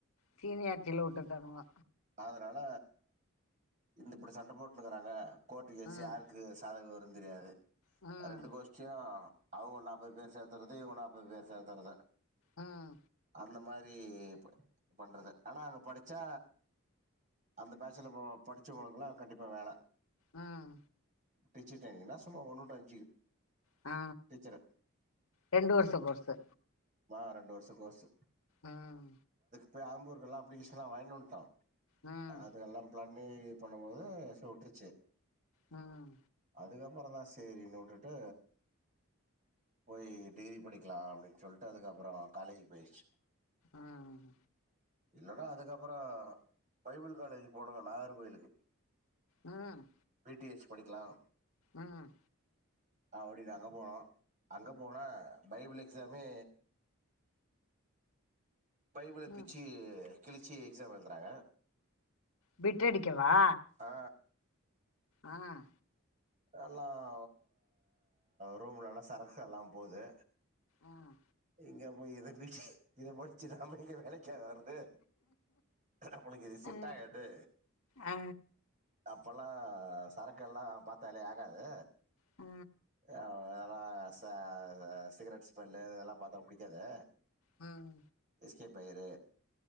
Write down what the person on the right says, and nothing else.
அதனால இந்த இப்டி சண்ட போட்டுனுக்கிறாங்க கோர்ட்டு கேஸ்சு
யாருக்கு சாதகம் வரு தெரியாது
ரெண்டு கோஷ்டியும் அவுங்க நா அம்பது பேர் சேத்தறது இவன் நாப்பது பேர் சேத்தறது
அந்த மாரி பண்றது ஆனா அங்க படிச்சா அந்த பேட்ச்சில படிச்சவங்களுக்குலாம் கண்டிப்பா வேல
டீச்சர் ட்ரைனிங்னா சும்மா ஒண்ணு டூ அஞ்சி
டீச்சரு
நா ரெண்டு வருஷம் கோர்ஸு
போயி ஆம்பூருக்குலாம் அப்ளிகேஷன்லாம் வாங்கின்ட்டு வண்டோ
அது எல்லாம் பிளா இந்த மேரி பண்ணும் மோது சுட்ருச்சி
அதுகப்றோ தான் செரினு உட்டுட்டு போயி டிகிரி படிக்கலாம் அப்டின்னு சொல் உட்டதுகப்றோ காலேஜ் போயிருச்சு
இன்னோட அதுக்கப்றோ பைபிள் காலேஜி போனோங்க நாகர் கோயிலுக்கு
டி எச் படிக்கலாம்
அப்டின்னு அங்க போனோம் அங்க போனா பைபிள் எக்ஸாமே பைப்புல
பிச்சி கிளிச்சி எக்ஸாம் எழுதுறாங்க
ஆ
எல்லாம் ரூம்லனா சரக்கு எல்லாம் போகுது
எங்க போய் இத பிச்சு இத படிச்சு நாம எங்க வேலை க்க வருது நம்மளுக்கு இது செட்
ஆகாது
அப்பெல்லாம் சரக்கெல்லாம் பார்த்தாலே ஆகாது
அ இதெல்லாம் ச சிகரெட் ஸ்மெல்லு இதெல்லாம் பார்த்தா புடிக்காது
எஸ்கேப் ஆய்ரு